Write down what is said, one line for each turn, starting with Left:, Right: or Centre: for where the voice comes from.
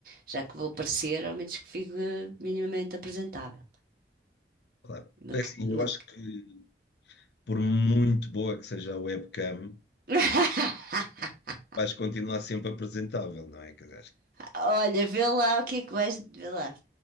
Right: Já que vou aparecer, ao menos que fique eh, minimamente apresentável.
Left: claro.
Right: Uma
Left: É
Right: c-
Left: assim, eu
Right: uma
Left: acho
Right: c-
Left: que por muito boa que seja a webcam,
Right: <laughs>
Left: vais continuar sempre apresentável, não é? Quer dizer, acho que
Right: Olha, vê lá o que é que vais. Vê lá.